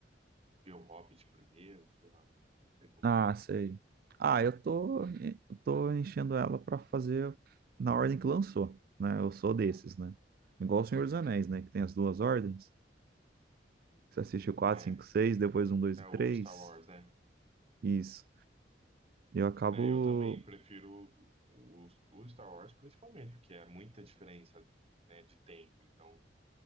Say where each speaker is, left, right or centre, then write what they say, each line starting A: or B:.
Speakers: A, on the right; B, on the right.
A: ver o Hobbit primeiro, sei lá. Não sei como
B: Ah,
A: que eu.
B: sei. Ah, eu tô, eu tô enchendo ela pra fazer na ordem que lançou, né? Eu sou desses,
A: Ah,
B: né? Igual o Senhor dos Anéis, né? Que tem as duas ordens. Você assiste o 4,
A: É,
B: 5, 6, depois um dois
A: é
B: e
A: o
B: três
A: Star Wars, né?
B: Isso. Eu acabo.
A: É, eu também prefiro o, o Star Wars, principalmente, porque é muita diferença, né, de tempo. Então,